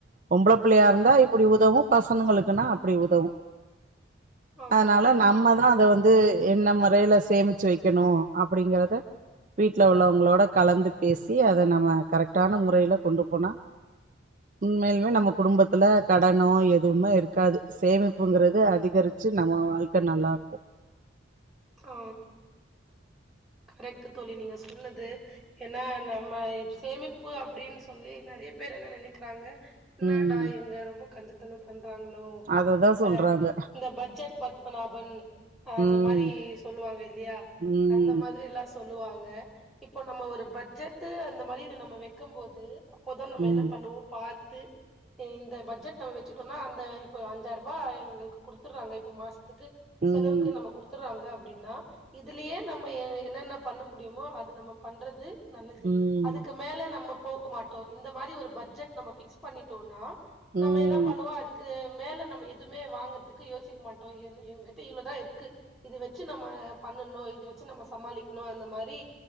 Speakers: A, on the right; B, in the centre.
A: பொம்பள புள்ளையா இருந்தா இப்டி உதவு பசனங்களுக்குன்னா அப்டி உதவு
B: ஆமா
A: அதனால
B: கரெக்ட்டு
A: நம்மதா அத வந் என்ன மொறையில சேமிச்சு வைக்கனு அப்டிங்கிறத வீட்ல உள்ளவங்களோட கலந்து பேசி அத நம்ம கரெக்ட்டான முறையில கொண்டு போனா உண்மையலுமே நம்ம குடும்பத்துல கடனோ எதுவுமே இருக்காது சேமிப்புங்கிறது அதிகரி ச்சி நம்ம வாழ்க்க நல்லா இருக்கு
B: அ கரெக்ட்டு தோழி நீங்க சொன்னது ஏனா நம்ம சேமிப்பு அப்டின்னு சொல்லி நெறைய பேர் என்ன நெனைக்கிறாங்க என்னடா
A: ம்
B: இவுங்க ரொம்ப கஞ்சத்தனோ பண்றாங்ளோ
A: அததா சொல்றாங்க
B: அ இந்த பட்ஜெட் ப த்பனாபன் அந்த
A: ம்
B: மாரி சொல்லுவாங்க இல்லியா
A: ம்
B: இந்த மாதிரி எல்லா சொல்லுவாங்க இப்போ நம்ம ஒரு பட்ஜெட்டு அந்த மாரி நம்ம வெக்கும்போது போத நம்ம
A: ம்
B: என்ன பண்ணுவோ பாத் த்து இந்த பட்ஜெட்ட வச்சுட்டோன்னா அந்த இப்ப அஞ்சாயிரூபா எங்களுக்கு குடுத்துறாங்க இப்ப மாச த்துக்கு
A: ம்
B: செலவுக்கு நம்ம குடுத்துட்றாங்க அப்டின்னா இதுலயே நம் ம்ம ஏ என்னென்ன பண்ண முடியுமோ அது நம்ம பண்றது நல்லது
A: ம்
B: அதுக்கு மேல நம்ம போக மாட்டோ இந்த மாரி ஒரு பட்ஜெட் நம்ம ஃபிக்ஸ் பண்ணிட்டோன்னா
A: ம்
B: நம்ம என்ன பண்ணுவோ அது க்கு மேல நம்ம எதுமே வாங்கர்த்துக்கு யோசிக்க மாட்டோ இவங் இவங்கிட்ட இவ்ளதா இருக்கு இது வச்சு நம்ம பண்ணணு இது வ வச்சு நம்ம சமாளிக்கணு அந்த மாரி